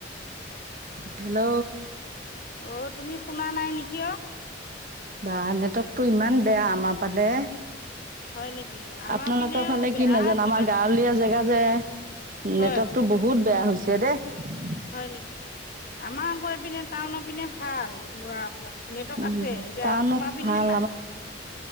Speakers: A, on the right; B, on the left.
A: হেল্ল'।
B: অ তুমি শুনা নাই নেকি অ?
A: বা' নেটৱৰ্কটো ইমান বেয়া আমাৰ ফালে।
B: হয় নেকি আমাৰ
A: আপোনালোকৰ
B: পিনেও
A: ফালে
B: বেয়া
A: কি নাজানো।
B: ধৰিলোৱা
A: আমাৰ গাঁৱলীয়া জেগা- যে
B: হয়
A: নেটৱৰ্কত টো বহুত বেয়া হৈছে দেই।
B: হয় নেকি। আমাৰ আকৌ এইপিনে টাউনত- পিনে ভাল তোমাৰ পিনে নেটৱৰ্ক
A: উম,
B: আছে। এতিয়া
A: টাউনত
B: তোমাৰ পিনে
A: ভাল
B: হে নাই।